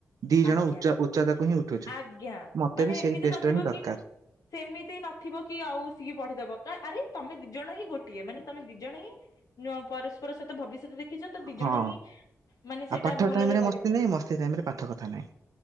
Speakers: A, on the right; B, on the left.
A: ଦି ଜଣ
B: ଆଜ୍ଞା
A: ଉଚ୍ଚ ଉଚ୍ଚତାକୁ ହିଁ ଉଠୁଛୁ
B: ଆଜ୍ଞା
A: ମତେ
B: ମାନେ
A: ବି ସେଇ
B: ଏମିତି
A: ଟେଷ୍ଟ
B: ନଥିବ
A: ହିଁ ଦରକାର
B: କି ସେମିତି ନଥିବ କି ଆଉ ସିଏ ପଢିଦବ କ ଆରେ ତମ ଦି ଜଣ ହିଁ ଗୋଟିଏ ମାନେ ତମେ ଦି ଜଣ ହିଁ ପରସ୍ପର ସହିତ ଭବିଷ୍ୟତରେ ଦେଖିଛ ତ ଦି
A: ହଁ।
B: ଜଣ ହିଁ ମାନେ
A: ଆଉ
B: ସେଇଟା
A: ପାଠ
B: ଭଲରେ
A: ଟାଇମ ରେ
B: କରିବ
A: ମସ୍ତି ନାହିଁ ମସ୍ତି ଟାଇମ ରେ ପାଠ କଥା ନାଇଁ